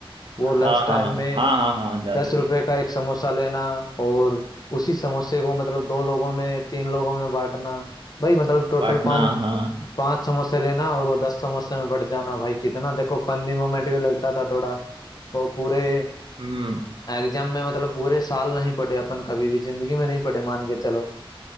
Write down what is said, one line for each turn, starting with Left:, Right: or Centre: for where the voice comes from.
Left: वो
Right: हाँ
Left: लंच टाइम
Right: हाँ
Left: में
Right: हाँ हाँ हाँ जाते
Left: दस रुपए
Right: थे
Left: का एक समोसा लेना और उसी समोसे को मतलब दो लोगों में तीन लोगों में बांटना भाई मतलब टोटल
Right: पाटना
Left: पाँच
Right: हाँ
Left: पाँच समोसे लेना और वो दस समोसे में बट जाना भाई कितना देखो फनी मोमेंट भी लगता था थोड़ा वो पूरे
Right: हम्म
Left: एग्जाम में मतलब पूरे साल नहीं पढ़े अपन कभी भी जिंदगी में नहीं पढ़े मान के चलो